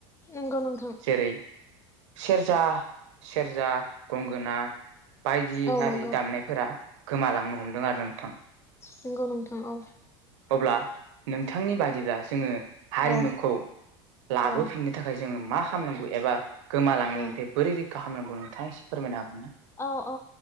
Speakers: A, on the left; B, on the right.
A: नोंगौ नोंथां
B: जेरै सेरजा सेरजा गंगोना बायदि
A: औ
B: आरि
A: नंगौ
B: दामनायफोरा गोमालांनो हमदों आरो नोंथां
A: नोंगौ नोंथां औ
B: अब्ला नोंथांनि बादिब्ला जोङो हारिमुखौ
A: औ
B: लाबोफिननो
A: औ
B: थाखाय जोङो मा खालामनांगौ एबा गोमालांनायनिफ्राय
A: औ
B: बोरै रैखा खालामनांगौ नोंथाङा एसे फोरमायनो हागोन ना
A: औ औ